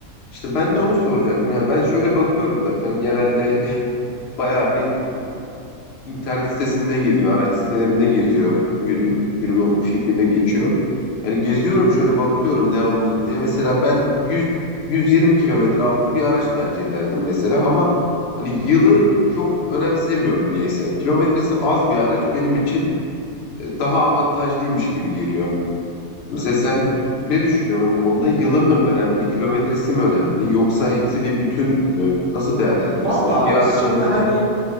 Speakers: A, on the left; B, on the right.
A: İşte ben de onu soracaktım. Yani ben şöyle bakıyorum zaten genelde <laughs> bayağı bir internet sitesinde geziyor, araç sitelerinde geziyor günüm. Günüme o şekilde geçiyor. Hani geziyorum şöyle bakıyorum ne alınır diye. Mesela ben 100 120 kilometre altı bir araç tercih ederdim mesela ama hani yılı çok önemsemiyorum niyeyse. Kilometresi az bir araç benim için e, daha avantajlıymış gibi geliyor. Mesela sen ne düşünüyorsun o konuda? Yılı mı önemli, kilometresi mi önemli yoksa hepsi bir bütün mü? Nasıl değerlendirirsin?
B: Valla
A: Yani bir araç
B: şimdi
A: alırken
B: hani